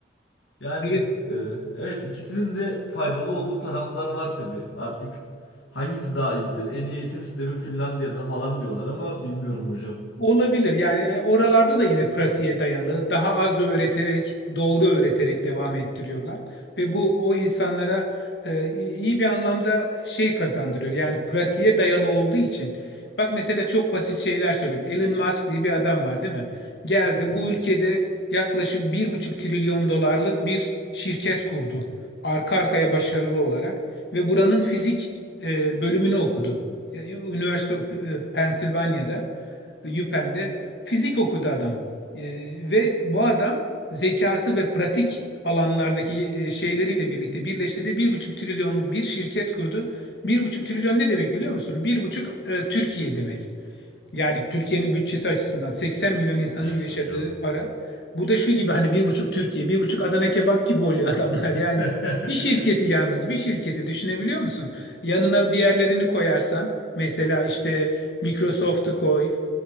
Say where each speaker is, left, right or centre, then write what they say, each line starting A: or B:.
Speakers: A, on the left; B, on the left.
A: Yani
B: Evet.
A: e, evet ikisinin de faydalı olduğu taraflar var tabii. Artık hangisi daha iyidir? En iyi eğitim sistemi Finlandiya'da falan diyorlar ama bilmiyorum hocam.
B: Olabilir. Yani e, oralarda da yine pratiğe dayalı, daha az öğreterek, doğru öğreterek devam ettiriyorlar ve bu o insanlara e, iyi iyi bir anlamda şey kazandırıyor. Yani pratiğe dayalı olduğu için. Bak mesela çok basit şeyler söyleyeyim. Elon Musk diye bir adam var, değil mi? Geldi
A: Hı hı.
B: bu ülkede yaklaşık bir buçuk trilyon dolarlık bir şirket kurdu. Arka arkaya başarılı olarak ve buranın fizik e, bölümünü okudu. Üniversite e, Pensilvanya'da. Yüpen'de fizik okudu adam. E, ve bu adam zekası ve pratik alanlardaki e, şeyleriyle birlikte birleştirdi. Bir buçuk trilyonluk bir şirket kurdu. Bir buçuk trilyon ne demek biliyor musun? Bir buçuk e, Türkiye demek. Yani Türkiye'nin bütçesi açısından 80 milyon insanın
A: Evet
B: yaşadığı
A: hocam.
B: para. Bu da şu gibi hani bir buçuk Türkiye, bir buçuk Adana kebap gibi oluyor <laughs> adamlar. Yani
A: <laughs>
B: bir şirketi yalnız bir şirketi düşünebiliyor musun? Yanına diğerlerini koyarsan mesela işte Microsoft'u koy,